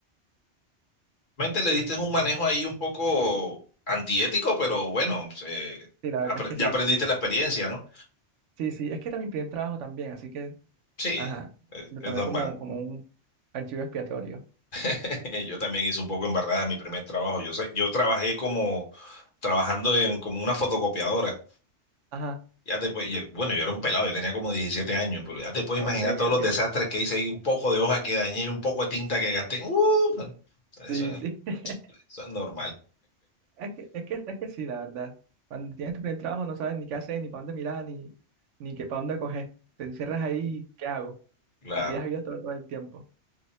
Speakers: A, on the left (about 45°); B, on the right (about 80°).
A: Realmente le diste un manejo ahí un poco antiético, pero bueno, se-
B: Sí, la verdad
A: apre-
B: es que
A: ya
B: sí.
A: aprendiste la experiencia, ¿no?
B: Sí, sí, es que era mi primer trabajo también, así que,
A: Sí,
B: ajá,
A: es,
B: lo
A: es
B: tomé
A: normal.
B: como, como un archivo expiatorio.
A: <laughs> Yo también hice un poco embarrada en mi primer trabajo. Yo sé, yo trabajé como trabajando en como una fotocopiadora.
B: Ajá,
A: Ya te puedes- yo- bueno, yo era un pelado, yo tenía como 17 años, pero ya te puedes
B: ok,
A: imaginar todos los
B: ok.
A: desastres que hice y un poco de hoja que dañé y un poco de tinta que gasté. ¡Uh! eso,
B: Sí, sí. <laughs>
A: eso es normal.
B: Es que, es que, es que sí, la verdad. Cuando tienes tu primer trabajo no sabes ni qué hacer, ni para dónde mirar, ni, ni qué para dónde coger. Te encierras ahí, ¿qué hago?
A: Claro.
B: Y pides ayuda todo, todo el tiempo.